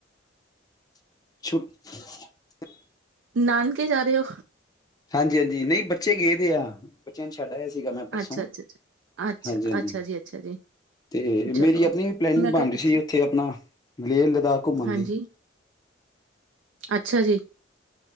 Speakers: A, on the left (about 20°); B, on the right (about 75°).
A: <unintelligible>
B: ਨਾਨਕੇ ਜਾ ਰਹੇ ਹੋ
A: ਹਾਂਜੀ ਹਾਂਜੀ ਨਹੀਂ ਬੱਚੇ ਗਏ ਦੇ ਆ ਬੱਚਿਆਂ ਨੂੰ ਛੱਡ ਆਇਆ ਸੀਗਾ ਮੈਂ ਪਰਸੋਂ
B: ਅੱਛਾ ਅੱਛਾ ਅੱਛਾ ਅੱਛਾ
A: ਹਾਂਜੀ ਹਾਂਜੀ
B: ਅੱਛਾ ਜੀ ਅੱਛਾ ਜੀ
A: ਤੇ
B: ਚਲੋ
A: ਮੇਰੀ ਆਪਣੀ ਪਲੈਨਿੰਗ
B: ਮੈਂ
A: ਬਣ
B: ਕਿਹਾ
A: ਰਹੀ
B: ਪੁੱਛ
A: ਸੀ ਉੱਥੇ ਆਪਣਾ ਲੇਹ ਲਦਾਖ ਘੁੰਮਣ
B: ਹਾਂਜੀ
A: ਦੀ
B: ਅੱਛਾ ਜੀ